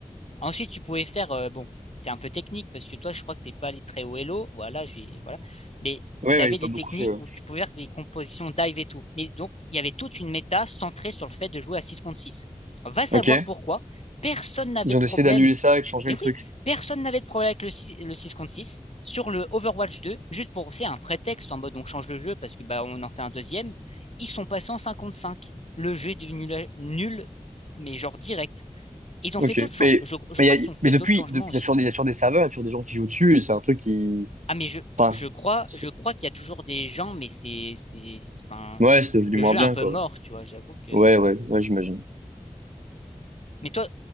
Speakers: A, on the left; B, on the right.
A: Ensuite, tu pouvais faire, euh, bon, c'est un peu technique parce que toi, je crois que t'es pas allé très haut Elo, voilà, j'ai, voilà. Mais
B: Ouais,
A: tu
B: ouais,
A: avais
B: j'ai pas
A: des
B: beaucoup
A: techniques
B: fait, ouais.
A: où tu pouvais faire des compositions dive et tout. Mais donc, il y avait toute une méta centrée sur le fait de jouer à 6 contre 6. Va savoir
B: Ok.
A: pourquoi. Personne n'avait
B: Ils ont
A: de problème.
B: décidé d'annuler ça et de changer
A: Mais
B: le truc.
A: oui, personne n'avait de problème avec le, si- le 6 contre 6 Sur le Overwatch 2, juste pour, c'est un prétexte en mode on change le jeu parce que bah on en fait un deuxième, ils sont passés en cinq contre cinq. Le jeu est devenu la- nul, mais genre direct. Ils ont
B: Ok.
A: fait d'autres changements.
B: Mais,
A: Je, je
B: mais,
A: crois
B: y a-
A: qu'ils ont fait
B: mais depuis,
A: d'autres changements
B: depuis,
A: aussi,
B: il y a toujours,
A: mais.
B: des- y a toujours des serveurs, il y a toujours des gens qui jouent dessus, et c'est un truc qui.
A: Ah, mais je,
B: Enfin,
A: je
B: c'est-
A: crois,
B: c'est-
A: je crois qu'il y a toujours des gens, mais c'est, c'est, c'est- enfin,
B: ouais, c'est devenu
A: le
B: moins
A: jeu
B: bien,
A: est un peu
B: quoi.
A: mort, tu vois, j'avoue que.
B: Ouais, ouais, ouais, j'imagine.
A: Mais toi,